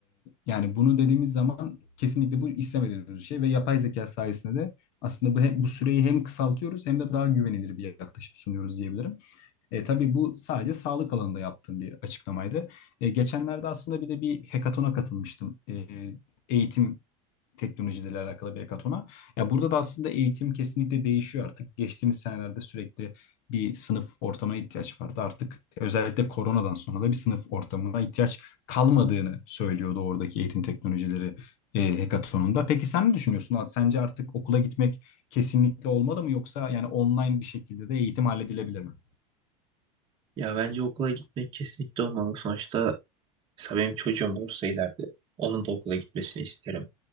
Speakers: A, on the left; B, on the right.
A: yani bunu dediğimiz zaman kesinlikle bu istemediğimiz bir şey ve yapay zeka sayesinde de aslında bu, hem, bu süreyi hem kısaltıyoruz hem de daha güvenilir bir yaklaşım sunuyoruz diyebilirim. E, tabii bu sadece sağlık alanında yaptığım bir açıklamaydı. E, geçenlerde aslında bir de bir hekatona katılmıştım. E, eğitim teknolojiyle alakalı bir hekatona. Ya burada da aslında eğitim kesinlikle değişiyor artık. Geçtiğimiz senelerde sürekli bir sınıf ortamına ihtiyaç vardı. Artık özellikle koronadan sonra da bir sınıf ortamına ihtiyaç kalmadığını söylüyordu oradaki eğitim teknolojileri e, hekatonunda. Peki sen ne düşünüyorsun? Sence artık okula gitmek kesinlikle olmalı mı yoksa yani online bir şekilde de eğitim halledilebilir mi?
B: Ya bence okula gitmek kesinlikle olmalı. Sonuçta Mesela benim çocuğum olursa ileride onun da okula gitmesini isterim.